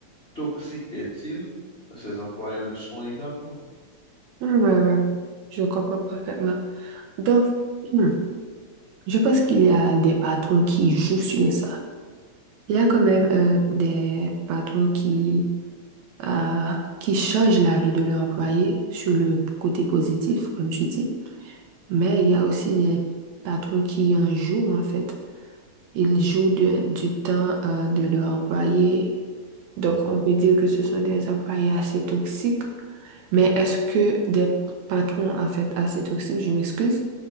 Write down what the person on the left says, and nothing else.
Toxique est-il? Ses employés le seront également.
Mhm,
mhm,
mhm,
mhm,